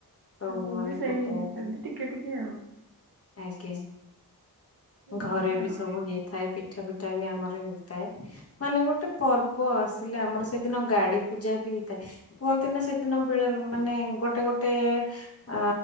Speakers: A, on the left; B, on the right.
A: ସବୁ
B: ମୁଁ
A: ମାନେ
B: ବି ସେଇ
A: ଫୁଟେଇବା
B: ସେମିତି
A: ପାଇଁ
B: ଟିକେ ଟିକେ ଆଉ।
A: ଆଜ୍ଞା
B: ଏମିତି
A: ଘରେ
B: ଆଉ।
A: ବି ସବୁ ହେଇଥାଏ। ପିଠା ପିଠା ବି ଆମର ହେଇଥାଏ ମାନେ ଗୋଟେ ପର୍ବ ଆ ଆମର ସେଦିନ ଗାଡି ପୂଜା ବି ହେଇଥାଏ କୁହନ୍ତି ନା ସେଦିନ ବେଳେ ମାନେ ଗୋଟେ ଗୋଟେ ଆ